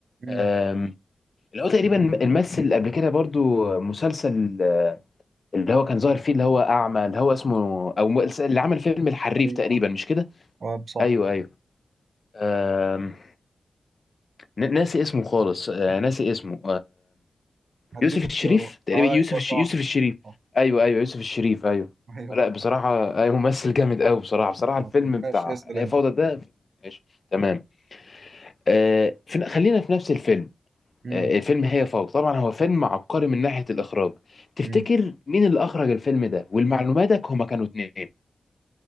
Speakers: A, on the right; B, on the left.
A: مم.
B: آم، اللي هو تقريبا مثل قبل كده برضو مسلسل آه اللي هو كان ظاهر فيه اللي هو أعمى اللي هو اسمه أو م- اللي عمل فيلم الحريف
A: ايوه
B: تقريبا مش كده؟
A: اه صح
B: أيوه أيوه آم، ن- ناسي اسمه خالص آه ناسي اسمه
A: هديك
B: يوسف
A: اختيارات
B: الشريف تقريبا
A: ايوه
B: يوسف الش...
A: صح
B: يوسف الشريف
A: صح
B: ايوه ايوه يوسف الشريف ايوه
A: ايوه
B: لا بصراحه ايوه ممثل جامد قوي بصراحه بصراحه الفيلم
A: آه، طب
B: بتاع
A: ماشي اسال
B: هي
A: انت
B: فوضى ده ماشي تمام آه في... خلينا في نفس الفيلم
A: امم
B: آه الفيلم هي فوضى طبعا هو فيلم عبقري من ناحيه الاخراج تفتكر
A: امم
B: مين اللي اخرج الفيلم ده والمعلوماتك هما كانوا اتنين